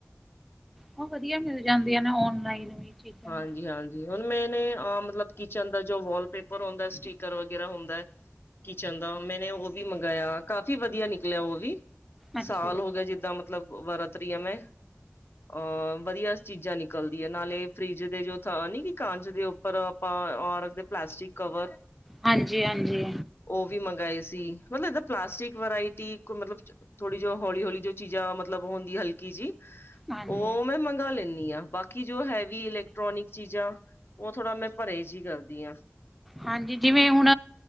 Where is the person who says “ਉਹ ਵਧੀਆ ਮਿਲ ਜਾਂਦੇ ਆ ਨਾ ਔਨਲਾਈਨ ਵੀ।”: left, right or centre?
Centre